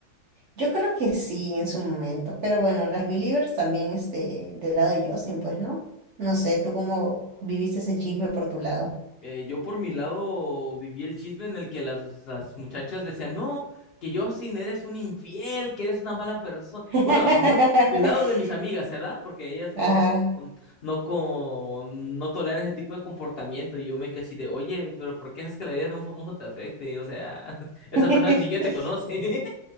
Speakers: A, on the right; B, on the left.
A: Yo creo que sí, en su momento. Pero bueno, las Believers también, este, del lado de Justin, pues, ¿no? No sé, ¿tú cómo viviste ese chisme por tu lado?
B: Eh, yo por mi lado viví el chisme en el que las, las muchachas decían, no, que Justin eres un infiel, que eres una mala persona.
A: <laughs>
B: Bueno, al menos del lado de mis amigas, ¿verdad? Porque ellas
A: Ajá.
B: no, no, con, no toleran ese tipo de comportamiento. Y yo me quedé así de, oye, pero ¿por qué haces que la vida de un famoso te afecte? O sea, <laughs> esa
A: <laughs>
B: persona ni siquiera te conoce.